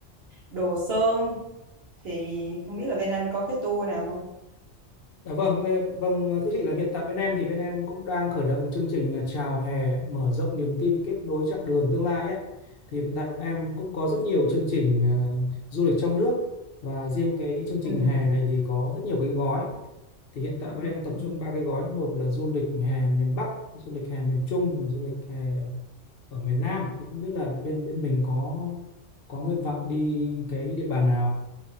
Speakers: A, on the right; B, on the left.
A: Đồ Sơn thì không biết là bên anh có cái tour nào không
B: Dạ vâng, ờ, vâng thưa chị là hiện tại bên em thì bên em cũng đang khởi động chương trình là Chào hè mở rộng niềm tin kết nối chặng đường tương lai á. Thì hiện tại bọn em cũng có rất nhiều chương trình ờ, du lịch trong nước và riêng cái chương trình
A: ừ.
B: hè này thì có rất nhiều cái gói. Thì hiện tại bọn em tập trung ba cái gói, một là du lịch hè miền Bắc, du lịch hè miền Trung và du lịch hè ở miền Nam. Tôi không biết là bên bên mình có có nguyện vọng đi cái địa bàn nào ạ?